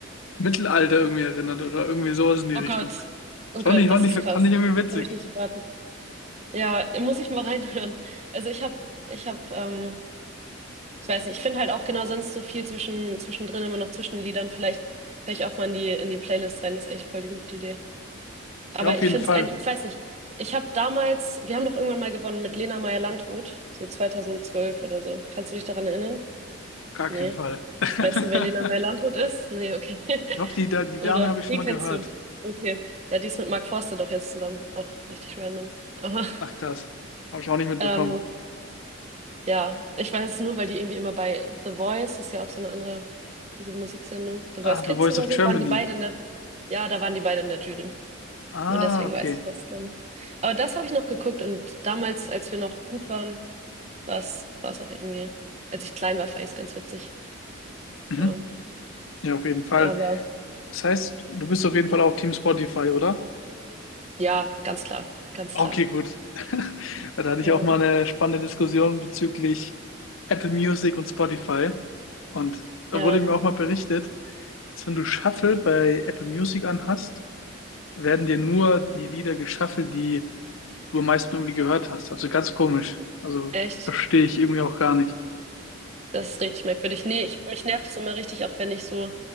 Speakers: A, on the left (about 80°); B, on the right (about 35°).
A: Mittelalter irgendwie erinnert oder irgendwie sowas in die
B: Oh
A: Richtung.
B: Gott. Oh
A: Das fand
B: Gott,
A: ich, fand
B: das ist
A: ich,
B: krass.
A: fand ich irgendwie witzig.
B: Das habe ich nicht erwartet. Ja, muss ich mal <laughs> reinhören. Also ich habe, ich habe, ähm, ich weiß nicht, ich finde halt auch genau sonst so viel zwischen, zwischendrin immer noch zwischen den Liedern. Vielleicht höre ich auch mal in die, in die Playlist rein. Das ist echt voll die gute Idee. Aber
A: Ja, auf
B: ich
A: jeden
B: finde
A: Fall.
B: es eigentlich, ich weiß nicht. Ich habe damals, wir haben doch irgendwann mal gewonnen mit Lena Meyer-Landrut, so 2012 oder so. Kannst du dich daran erinnern?
A: Auf gar
B: Nee.
A: keinen Fall. <laughs>
B: Weißt du, wer Lena Meyer-Landrut ist? Nee, okay. <laughs>
A: Doch, die, Da- die Dame
B: Oder,
A: habe ich schon
B: die
A: mal
B: kennst
A: gehört.
B: du. Okay. Ja, die ist mit Mark Forster doch jetzt zusammen. Auch richtig random. Aber,
A: Ach krass. Habe ich auch nicht mitbekommen.
B: ähm, ja, ich weiß es nur, weil die irgendwie immer bei The Voice, ist ja auch so eine andere, diese Musiksendung, The Voice
A: Ah, The
B: Kids
A: Voice
B: oder
A: of Germany.
B: so, waren die beide in der, ja, da waren die beide in der Jury.
A: Ah,
B: Nur deswegen
A: okay.
B: weiß ich das dann. Aber das habe ich noch geguckt und damals, als wir noch gut waren, war es, war es auch irgendwie, als ich klein war, fand ich es ganz witzig.
A: Mhm.
B: Ja,
A: Ja, auf jeden Fall.
B: aber
A: Das heißt, du bist auf jeden Fall auch Team Spotify, oder?
B: ja, ganz klar, ganz
A: Okay,
B: klar.
A: gut. <laughs> Da hatte ich
B: Ja.
A: auch mal eine spannende Diskussion bezüglich Apple Music und Spotify. Und da
B: Ja,
A: wurde mir auch mal berichtet, dass wenn du Shuffle bei Apple Music anhast, werden dir nur die Lieder geshuffelt, die du am meisten irgendwie gehört hast. Also ganz komisch. Also
B: echt.
A: verstehe ich irgendwie auch gar nicht.
B: Das ist richtig merkwürdig. Nee, ich, mich nervt das immer richtig, auch wenn ich so